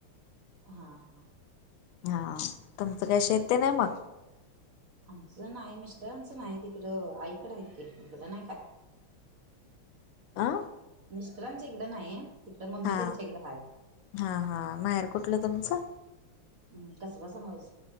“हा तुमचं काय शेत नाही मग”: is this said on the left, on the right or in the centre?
Left